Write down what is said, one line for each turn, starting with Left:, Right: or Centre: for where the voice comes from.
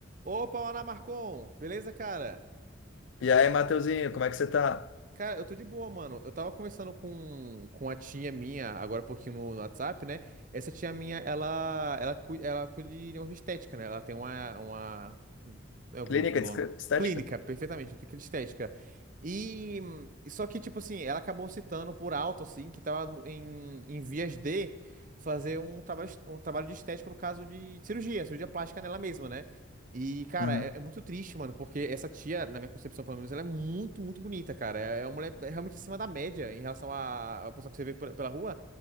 Right: Opa, Ana Marcon! Beleza, cara?
Left: E aí, Mateuzinho, como é que você tá?
Right: Cara, eu tô de boa, mano. Eu tava conversando com, com a tia minha, agora há pouquinho no, no WhatsApp, né? Essa tia minha, ela, ela, cuida, ela cuida de negócio de estética, né? Ela tem uma, uma... É o
Left: Clínica
Right: grupo, o nome.
Left: de esca- de estética?
Right: Clínica, perfeitamente, clínica de estética. E hum, só que, tipo assim, ela acabou citando por alto, assim, que tava em, em vias de fazer um trabalho, um trabalho de estética, no caso de cirurgia, cirurgia plástica nela mesma, né? E, cara,
Left: Uhum.
Right: é, é muito triste, mano, porque essa tia, na minha concepção, pelo menos, ela é muito, muito bonita, cara. É, é uma mulher é, realmente acima da média em relação à à pessoa que você vê pe- pela rua.